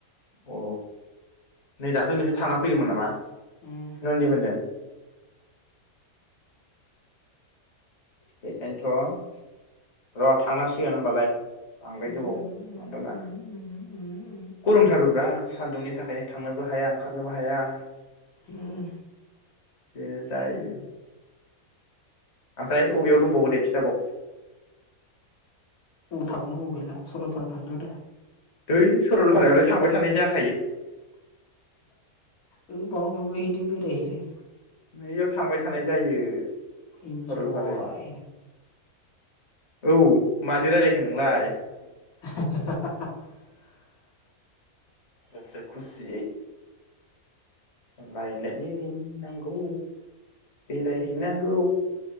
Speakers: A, on the left; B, on the left.
A: अ नै दाखालै नोंसोर थांनानै फैदोंमोन नामा?
B: उम
A: नन्दि मोनजों। बेखायनोथ' र' थांनांसिगोन होमबालाय। बांद्राय
B: उम
A: गोबाव माबाला।
B: उम
A: गरम थारबोब्रा। सान्दुंनि थाखायनो थांनोबो हाया ओंखारनोबो हाया।
B: उम।
A: बेनो जायो। ओमफ्राय अबेयाव दंबावो दे खिथाबाव।
B: अबाव थाबावनांगौ गैला सरलपारा थांदो आरो।
A: दै सरलफारायावलाय थांबाय थानाय जाख
B: ओ बावनो दुगैहैदो बेरायहैदो।
A: नैयाव थांबाय थानाय जायो
B: इनजय।
A: सरलपारायाव औ मानो रायलायखो नोंलाय।
B: <inaudible>
A: गोसो खुसियै। रायलायहैनांगौ बेरायहैनांगौ।